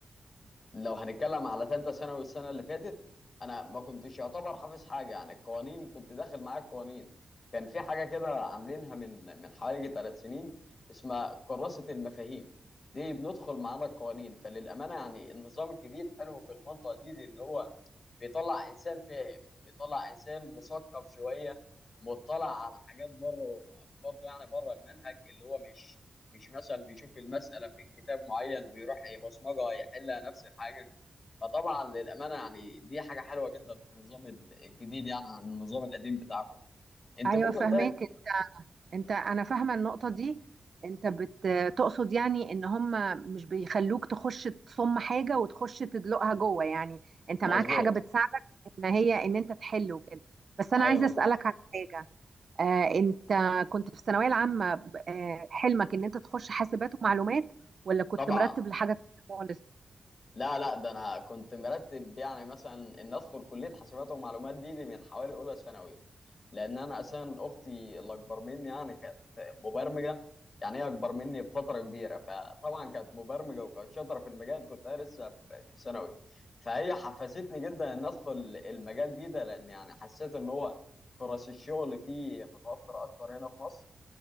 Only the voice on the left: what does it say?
لو هنتكلم على ثالثه ثانوي السنه اللي فاتت انا ما كنتش يعتبر حافظ حاجه يعني القوانين كنت داخل معايا القوانين كان في حاجه كده عاملينها من من حوالي ثلاث سنين اسمها كراسه المفاهيم دي بندخل معانا القوانين فللامانه يعني النظام الجديد حلو في المنطقه دي, دي ان هو بيطلع انسان فاهم بيطلع انسان مثقف شويه مطلع على حاجات بره برضه يعني بره المنهج اللي هو مش مش مثلا بيشوف المسألة في كتاب معين بيروح يبصمجها يحلها نفس الحاجة فطبعا للأمانة يعني دي حاجة حلوة جدا في النظام ال- الجديد يعني عن النظام القديم بتاعكم انت
ممكن
طيب
مظبوط
ايوه
مظبوط
طبعا
لا لا ده انا كنت مرتب يعني مثلا ان ادخل كليه حاسبات ومعلومات دي, دي من حوالي اولى ثانوي لان انا اساسا اختي اللي اكبر مني يعني كانت مبرمجه يعني هي اكبر مني بفتره كبيره فطبعا كانت مبرمجه وكانت شاطره في المجال كنت انا لسه في في ثانوي فهي حفزتني جدا ان ادخل المجال دي ده لان يعني حسيت ان هو فرص الشغل فيه متوفره اكتر هنا في مصر